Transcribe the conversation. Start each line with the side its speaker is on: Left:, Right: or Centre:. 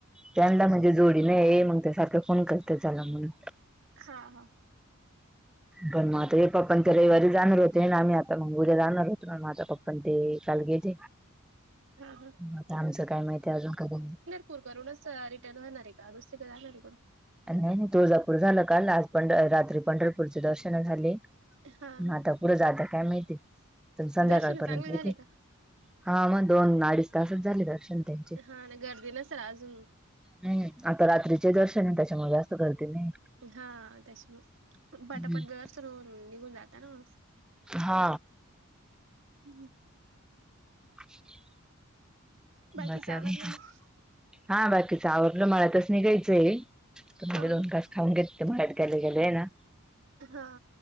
Centre: त्यांना म्हणजे जोडी बी नाही मग त्या सारखं फोन करतीये चला म्हणून.
Right: हा हा!
Centre: पण मझ हे पप् पण त्या रविवारी जाणार होते ना आम्ही आता मंगुर जाणार होतोण माझा पप्पा पण ते काल घेेत
Right: हा हा
Centre: आता आमचं काय माहिती आहे अजून कध
Right: पूर करूनच रिटर्न होणार आहे का दुसरी का जाणार आहे कोड
Centre: नाही नाही तुळजापूर झालं काल आज पंढ रात्री पंढरपूरचे दर्शन झाले
Right: हा
Centre: ह आता पुरे जाात काय माळते प संध्याकाळपर्यंत
Right: दर्शन चांगले झाले
Centre: येते
Right: का
Centre: हा मग दोन अडीच तासच झाले दक्षण ते
Right: हा ना गर्दी न सर अजून
Centre: हम् आता रात्रीचे दर्शन आहे त्याच्यामुळे अस करतेने
Right: हा त्यास म पटापट
Centre: हम्म
Right: जरच ना निघून जाता ना
Centre: हा
Right: हम्म
Centre: <unintelligible>
Right: बाकीच
Centre: बाकी
Right: आवरलं मग
Centre: हा बाकीच आवडलं मलातच निघायच म्हणजे
Right: हा
Centre: दोन कास खाऊन घेत बाहेत गेले गेले ना
Right: हा